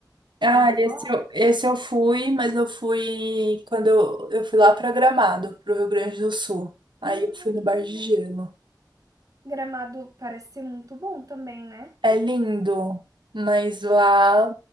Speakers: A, on the right; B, on the right.
A: Ah,
B: ouviu falar?
A: esse eu, esse eu fui, mas eu fui quando eu, eu fui lá para Gramado, pro Rio Grande do Sul. Aí
B: Ah,
A: eu fui no
B: que
A: Bar
B: legal.
A: de Gelo.
B: Gramado parece ser muito bom também, né?
A: É lindo, mas lá